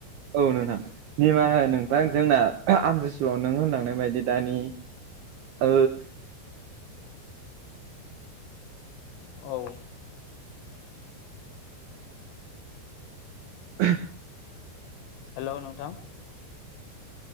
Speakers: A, on the right; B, on the left.
A: औ नोंथां निमाहा हो नोंथां जोंना आमजिसुआव नों होनलांनाय बायदि दानि ओ
B: औ
A: <unintelligible>
B: हेल' नोंथां